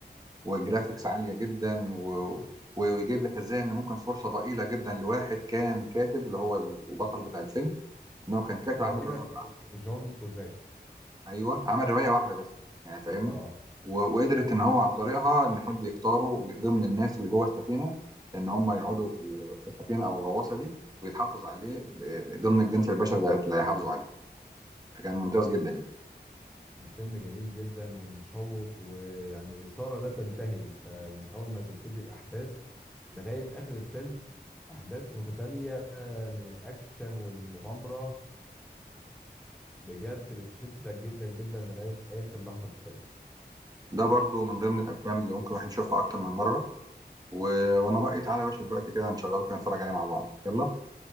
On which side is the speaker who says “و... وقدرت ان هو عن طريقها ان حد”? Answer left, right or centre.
Right